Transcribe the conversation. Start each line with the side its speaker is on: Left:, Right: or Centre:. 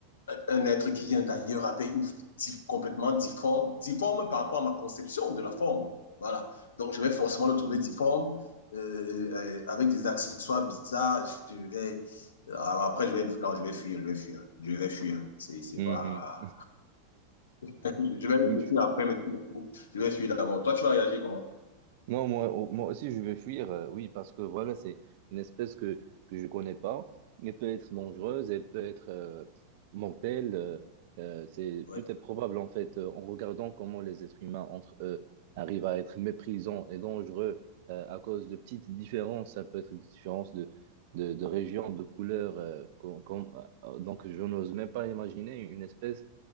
Left: un être qui vient d'ailleurs avec une complètement difforme, difforme par rapport à ma conception de la forme. Voilà. Donc, je vais forcément le trouver difforme, euh, euh, avec des accessoires bizarres. Je vais, euh, après, je vais, non, je vais fuir, je vais fuir, je vais fuir. C'est, c'est
Right: Mhm.
Left: pas. <laughs> je vais
Right: <laughs>
Left: réfléchir après, mais je vais fuir d'abord. Toi, tu vas réagir comment?
Right: Moi, moi, au- moi aussi, je vais fuir, euh, oui, parce que voilà, c'est une espèce que, que je connais pas. Elle peut être dangereuse, elle peut être euh, mortelle. euh, euh, c'est,
Left: Oui,
Right: tout est probable, en fait, euh, en regardant comment les êtres humains entre eux arrivent à être méprisants et dangereux euh, à cause de petites différences. Ça peut être une différence de, de, de région, de couleur. euh, qu'on- qu'on- euh, donc, je n'ose même pas imaginer une espèce